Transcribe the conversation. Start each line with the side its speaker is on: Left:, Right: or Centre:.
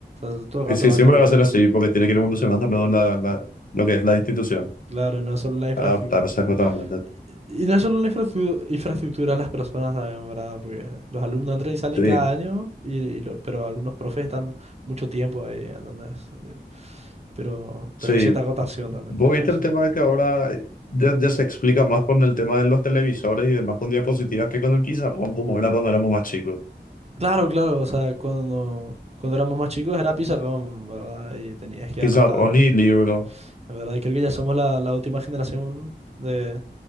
Right: sea, todo el
Left: Y
Right: rato
Left: sí,
Right: va
Left: siempre
Right: cambiando.
Left: va a ser así, porque tiene que ir evolucionando luego la, la- lo que es la institución,
Right: Claro, no es solo la infraestructura.
Left: adaptarse totalmente.
Right: Y no es solo la infraestru- infraestructura, las personas también, ¿verdad? Porque los alumnos entran y salen
Left: Sí.
Right: cada año, y, y lo- pero algunos profes están mucho tiempo ahí, ¿entendés? Sí. Pero,
Left: Sí,
Right: pero hay cierta rotación también,
Left: Vos
Right: te voy
Left: viste
Right: a decir.
Left: el tema de que ahora ya, ya se explica más con el tema de los televisores y demás con diapositivas que con el pizarrón, como era cuando éramos más chicos.
Right: Claro, claro, o sea, cuando, cuando éramos más chicos era pizarrón, ¿verdad? Y tenías que
Left: Pizarrón
Right: anotar,
Left: ni libro,
Right: ¿verdad? Y creo que ya somos la, la última generación. de